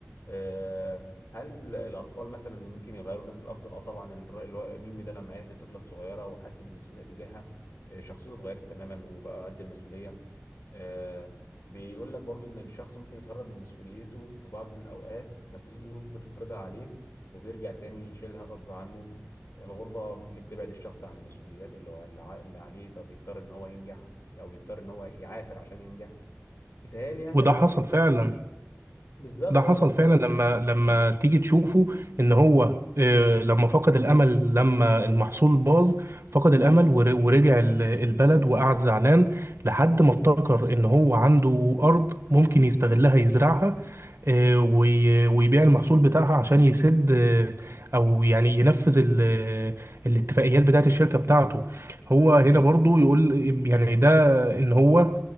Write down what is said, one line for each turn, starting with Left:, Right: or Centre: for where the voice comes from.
Left: آه، هل الاطفال مثلا ممكن يغيروا الناس للافضل اه طبعا الر- الو- ميمي ده لما عرف الطفله الصغيره وحس بالمسؤوليه تجاهها آه، شخصيته اتغيرت تماما وبقى قد المسؤوليه آه، بيقول لك برضو ان الشخص ممكن يتهرب من مسؤوليته في بعض الاوقات بس الظروف بتفرضها عليه وبيرجع تاني يشيلها غصب عنه الغربه ممكن تبعد الشخص عن المسؤوليات اللي هو- اللي ع- اللي عليه فبيضطر ان هو ينجح او بيضطر ان هو يعافر عشان ينجح بيتهيألي يعني
Right: وده
Left: لو
Right: حصل
Left: قعدنا نتكلم
Right: فعلا
Left: بالظبط
Right: ده حصل
Left: اه بالظبط
Right: فعلا لما لما تيجي تشوفه ان هو آه، لما فقد الامل لما المحصول باظ فقد الامل ور- ورجع ال- البلد وقعد زعلان لحد ما افتكر ان هو عنده ارض ممكن يستغلها يزرعها آه، وي- ويبيع المحصول بتاعها عشان يسد آه، او يعني ينفذ ال- الاتفاقيات بتاعت الشركة بتاعته هو هنا برضو يقول يعني ده ان هو